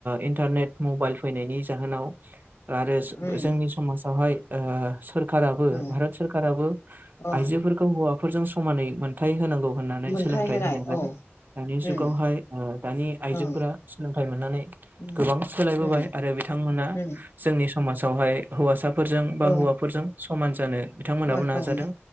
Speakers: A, on the right; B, on the left.
A: इन्टारनेट मबाइल फैनायनि जाहोनाव आरो
B: उम
A: जोंनि समाजावहाय सोरखाराबो
B: औ
A: भारत सोरखाराबो
B: औ
A: आइजोफोरखौ हौवाफोरजों समानै मोनथाय होनांगौ होनानै
B: मोनथाय
A: सोलोंथाइ
B: होनाय
A: होनायलाय
B: औ
A: दानि जुगावहाय,
B: उम
A: दानि आइजोफोरा
B: औ
A: सोलोंथाइ मोननानै
B: उम
A: गोबां सोलायबोबाय
B: उम
A: आरो बिथांमोना
B: उम
A: जोंनि समाजावहाय हौवासाफोरजों बा
B: औ
A: हौवाफोरजों समान जानो बिथांमोनाबो
B: समान
A: नाजादों,
B: समान